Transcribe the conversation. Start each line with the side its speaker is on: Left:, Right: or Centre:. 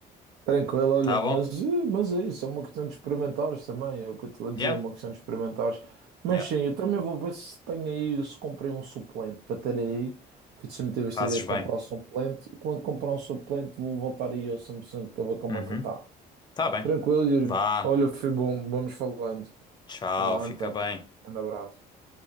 Right: Tranquilo, olha,
Left: Tá
Right: mas,
Left: bom?
Right: eh, mas é isso, é uma questão de experimentares também, é o que eu estou a dizer,
Left: Yeah?
Right: é uma questão de experimentares. Mas
Left: Yeah.
Right: sim, eu também vou ver se tenho aí, se comprei um suplente para ter aí, porque eu sempre tive esta
Left: Fazes
Right: ideia de
Left: bem.
Right: comprar um suplente, e quando comprar um suplente vou voltar aí ao Samsung para ver como
Left: Uhum.
Right: é que ele está.
Left: Tá bem.
Right: Tranquilo, Yuri.
Left: Vá.
Right: Olha, foi bom, vamos falando.
Left: Tchau.
Right: Vá lá
Left: Fica
Right: então,
Left: bem.
Right: grande abraço.